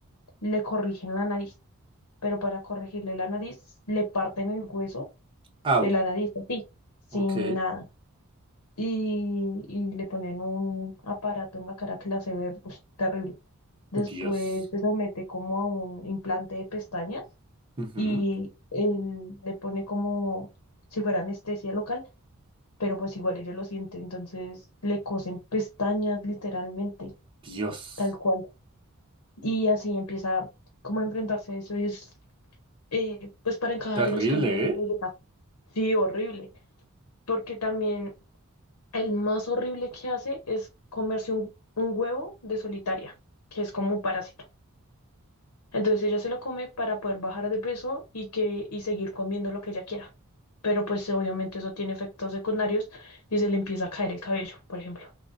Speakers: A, on the left (about 85°); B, on the right (about 25°).
A: le corrigen la nariz, pero para corregirle la nariz, le parten el hueso
B: Au.
A: de la nariz, así, sin
B: Ok.
A: nada y, y le ponen un aparato en la cara que la hace ver ush, terrible. Después
B: Dios.
A: se somete como a un implante de pestañas
B: Ujú,
A: y él le pone como si fuera anestesia local, pero pues igual ella lo siente, entonces le cosen pestañas literalmente,
B: Dios.
A: tal cual. Y así empieza como a enfrentarse a eso y es eh, pues para encajar
B: Terrible,
A: en los cánones de
B: ¿eh?
A: belleza. Sí, horrible, porque también El más horrible que hace es comerse un, un huevo de solitaria, que es como un parásito. Entonces ella se lo come para poder bajar de peso y que y seguir comiendo lo que ella quiera. Pero pues obviamente eso tiene efectos secundarios y se le empieza a caer el cabello, por ejemplo.